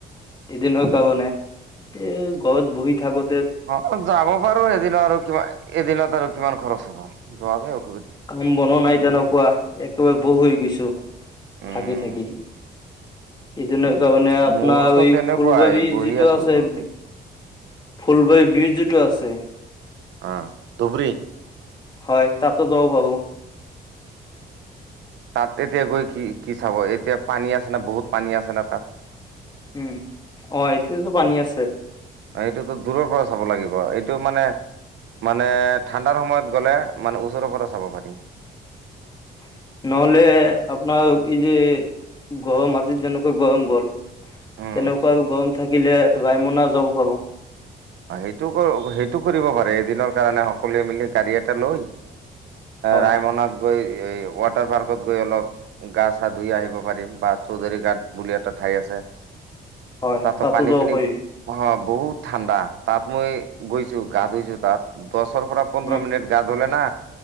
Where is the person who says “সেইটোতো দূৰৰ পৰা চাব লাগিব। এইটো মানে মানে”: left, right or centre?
Right